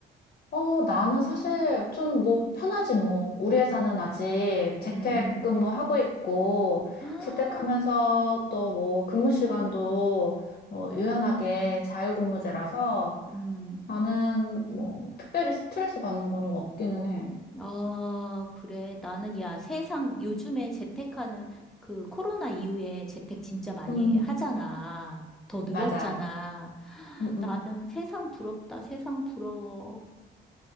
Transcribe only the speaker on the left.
어, 나는 사실 좀 뭐 편하지 뭐. 우리 회사는 아직 재택근무하고
있고,
재택하면서 또 뭐 근무 시간도 어, 유연하게 자유근무제라서
나는 뭐 특별히 스트레스 받는 거는 없기는 해.
음,
맞아.
음, 음.